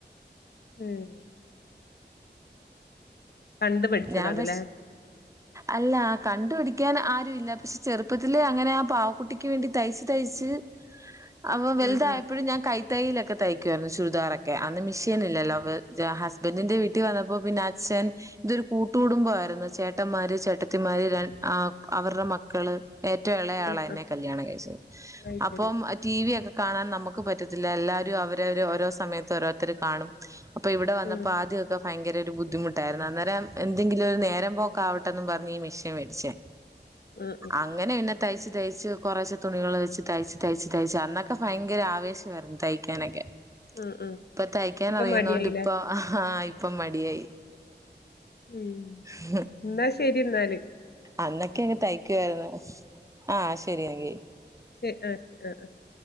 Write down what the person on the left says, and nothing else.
<unintelligible> കണ്ട് പഠിച്ചതാണ്ല്ലേ
ഉം ഉം
ഉം
ഉം
അത്
ശരി
ഉം
ഉം ഉം
ഉം ഉം
ഇപ്പൊ
മടിയായില്ലേ
ഉം
ഇന്നാ ശെരിന്നാ
<unintelligible>